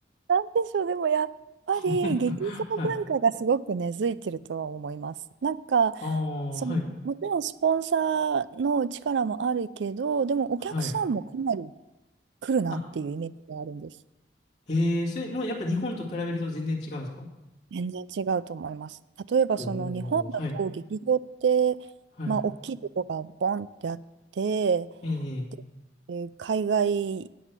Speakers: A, on the right; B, on the left.
A: なんでしょう、でもやっぱり劇場文化がすごく根付いてるとは思います。
B: <laughs> はい。
A: なんか、
B: ああ、
A: その、
B: はい。
A: もちろんスポンサーの力もあるけど、でもお客さんもかなり
B: はい。
A: 来るなっていうイメージがあるんです。
B: あ、へえ、それ、もうやっぱ日本と比べると全然違うんですか
A: 全然違うと思います。例えばその日本だと劇場って、
B: おー、はい。はい。
A: まあ、大きいとこがボンってあって、
B: ええ、ええ
A: で、えー海外